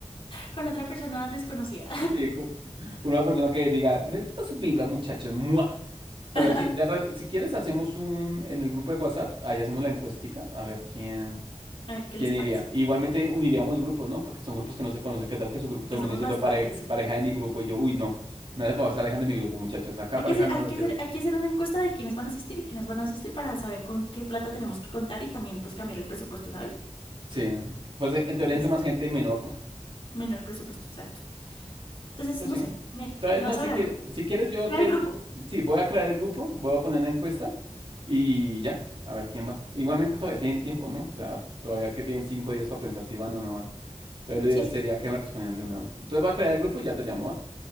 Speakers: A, on the left; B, on the right.
A: Con otra persona desconocida.
B: Sí, con, <laughs> con una persona que diga, me gusta su vibra, muchachos, ¡mua! Pero
A: <laughs>
B: sí, de re- si quieres, hacemos un, en el grupo de WhatsApp, ahí hacemos la encuestica, a ver quién.
A: A ver qué
B: ¿Quién
A: les
B: iría?
A: parece.
B: Igualmente uniríamos grupos, ¿no? Porque son grupos que no se conocen. ¿Qué tal que su grupo termine
A: Que somos
B: siendo
A: bastantes,
B: pare-
A: sí.
B: pareja de mi grupo? Y yo, uy, no. Me hace favor, se alejan de mi grupo, muchachos. Acá
A: Hay
B: parejas
A: que hacer,
B: no
A: hay
B: las
A: que
B: quiero.
A: hacer, hay que hacer una encuesta de quiénes van a asistir y quiénes van a asistir para saber con qué plata tenemos que contar y también pues cambiar el presupuesto, ¿sabes?
B: Sí. Pues eh, en teoría
A: Entonces,
B: entre más gente, menor, ¿no?
A: menor presupuesto, exacto. Entonces,
B: Pero
A: no
B: sí.
A: sé, me,
B: Entonces,
A: me
B: no,
A: vas
B: si
A: hablando.
B: quieres, si quieres, yo
A: Crea
B: te.
A: el grupo.
B: Sí, voy a crear el grupo, voy a poner una encuesta y ya. A ver quién va. Igualmente todavía tienen tiempo, ¿no? O sea, todavía que tienen cinco días para pensar si van o no van. Entonces, lo ideal
A: Sí, sí,
B: sería
A: sí, sí.
B: que
A: sí.
B: me respondieran de una vez. Entonces, voy a crear el grupo y ya te llamo, ¿va?